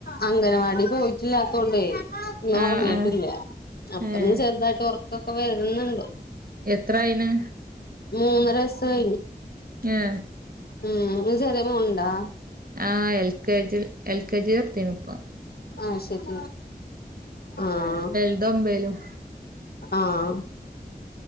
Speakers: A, on the left (about 70°); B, on the right (about 60°).
A: അംഗനവാടി പോയിട്ടില്ലാത്തോണ്ടേ ഉറങ്ങീട്ടില്ല
B: ആഹ് ആഹ്
A: അപ്പൊന്ന്
B: ഏഹ്
A: ചെറുതായിട്ട് ഉറക്കൊക്കെ വരുന്നുണ്ട്
B: എത്രായിണ്
A: മൂന്നരവയസ് കയിഞ്ഞ്
B: ഏ
A: ഉം ചെറേ മോൻ ഇണ്ടാ
B: ആഹ് L K G L K G എത്തിനിപ്പ
A: ആ ശരി ആഹ്
B: വലുത് ഒമ്പേലും
A: ആഹ്